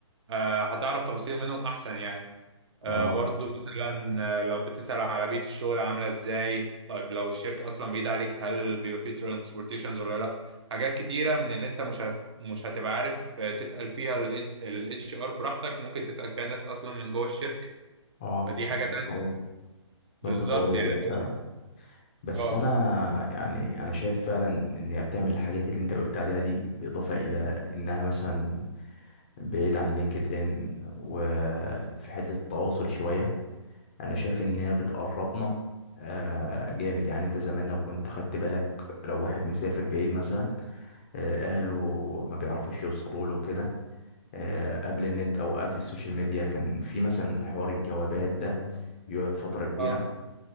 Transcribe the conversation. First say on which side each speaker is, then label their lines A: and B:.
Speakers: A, on the right; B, on the left.
A: آه، هتعرف تفاصيل منهم احسن يعني آه،
B: اه
A: برضو مثلا آه، لو بتسأل على بيئة الشغل عاملة ازاي طيب لو الشركة اصلا بعيدة عليك هل بيبقى فيه ترانسبورتيشنز ولا لا حاجات كتيرة من اللي انت مش هت... مش هتبقى عارف آه، تسأل فيها الاتش ار براحتك ممكن تسأل فيها ناس اصلا من جوه الشركة
B: اه
A: فدي حاجة
B: نقطة
A: تانية
B: قوية
A: بالظبط
B: نقطة قوية
A: يعني
B: جدا فعلا
A: هو-
B: بس
A: اه
B: انا يعني انا شايف فعلا ان هي بتعمل الحاجات اللي انت قلت عليها دي بالاضافه الى انها مثلا بعيد عن لينكد ان وفي حته التواصل شويه انا شايف ان هي بتقربنا آه، جامد يعني انت زمان لو كنت خدت بالك لو واحد مسافر بعيد مثلا آه، اهله ما بيعرفوش يوصلوا له كده آه، قبل النت او قبل السوشيال ميديا كان في مثلا حوار الجوابات ده بيقعد فتره كبيره
A: اه